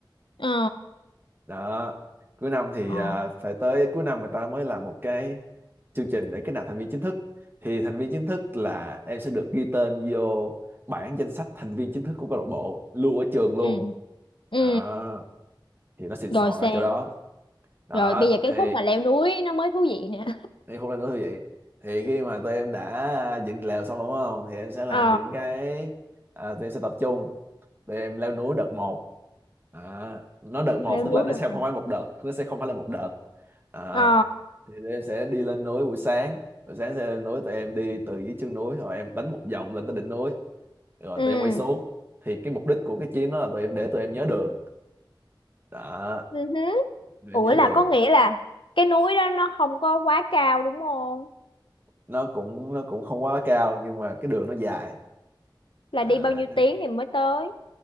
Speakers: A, on the left; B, on the right.
A: ờ
B: đó cuối năm thì
A: ờ
B: à, phải tới cuối năm người ta mới làm một cái chương trình để kết nạp thành viên chính thức thì thành viên chính thức là em sẽ được ghi tên vô bảng danh sách thành viên chính thức của câu lạc bộ lưu ở trường
A: ừ
B: luôn
A: ừ
B: đó thì nó xịn
A: rồi
B: sò
A: sang
B: ở chỗ đó đó
A: rồi bây giờ cái
B: thì
A: khúc mà leo núi nó mới thú vị nè
B: đi khúc lên núi như vậy thì khi mà tụi em đã à, dựng lều xong rồi đúng không thì em sẽ làm
A: ờ
B: những cái à, tụi em sẽ tập trung tụi em leo núi đợt một à, nó đợt một
A: leo
B: tức
A: núi
B: là nó
A: được
B: sẽ
A: mà
B: không phải một đợt nó sẽ không phải là một đợt à,
A: ờ
B: thì tụi em sẽ đi lên núi buổi sáng buổi sáng sẽ lên núi tụi em đi từ dưới chân núi rồi em đánh một vòng lên tới đỉnh núi rồi
A: ừ
B: tụi em quay xuống thì cái mục đích của cái chuyến đó là tụi em để tụi em nhớ đường đó
A: ừ hứ.
B: tụi
A: ủa
B: em nhớ
A: là
B: đường
A: có nghĩa là cái núi đó nó không có quá cao đúng không
B: nó cũng nó cũng không quá cao nhưng mà cái đường nó dài
A: là
B: à,
A: đi bao nhiêu tiếng thì mới tới